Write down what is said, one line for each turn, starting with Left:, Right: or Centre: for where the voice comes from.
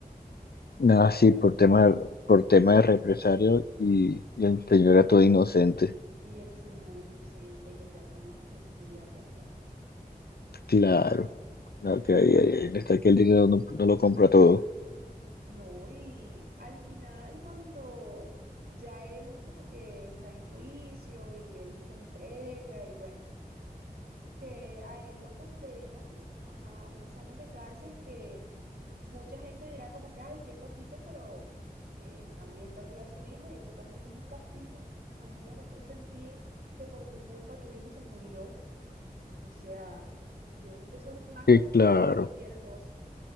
Right: ¿te
Left: Nada,
Right: acuerdas?
Left: sí, por tema, por tema de represario y, y el señor era todo inocente.
Right: Y el señor inocente, lo que hacen las mentiras, ¿verdad?
Left: Claro, claro que ahí, ahí- ahí está que el dinero no, no lo compra todo.
Right: No, y al final cuando ya él como que está en juicio y él se entrega y bueno, que a él lo condenan, ajá, unos años de cárcel que mucha gente dirá como que, ay, qué poquito, pero es que él también perdió a su hijo y eso también es un castigo. Imagínate tú sentir que por tu culpa tu hijo se murió. O sea, yo creo que eso es más
Left: Sí,
Right: castigo
Left: claro.
Right: que cualquier cosa.